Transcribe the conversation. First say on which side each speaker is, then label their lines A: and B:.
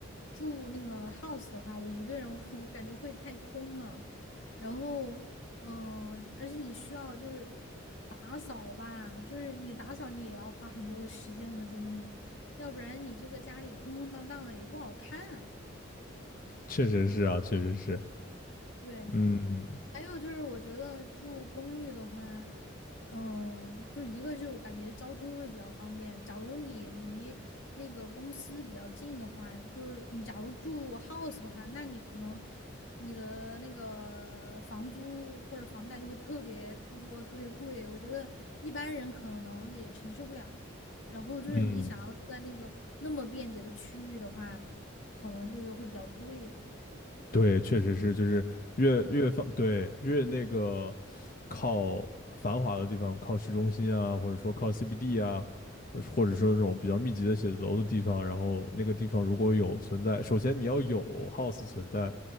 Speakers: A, on the left; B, on the left.
A: 住那个 house 的话，我一个人我，<laughs> 我感觉会太空了。然后，嗯、而且你需要就是打扫吧，就是你打扫你也要花很多的时间和精力，要不然你这个家里空空荡荡的也不好看啊
B: 确实是啊，确实是。
A: 对，
B: 嗯
A: 还有就是，我觉得住公寓的话，嗯，就一个是我感觉交通会比较方便。假如你离那个公司比较近的话，就是你假如住 house 的话，那你可能你的那个房租或者房贷就会特别多、特别贵。我觉得一般人可能也承受不了。然后就是你想要住在那个那么便捷的区域的话，
B: 嗯。
A: 可能就是会比较贵
B: 对，确实是，就是越越放，对，越那个靠繁华的地方，靠市中心啊，或者说靠 CBD 啊，呃或者说这种比较密集的写字楼的地方，然后那个地方如果有存在，首先你要有 house 存在，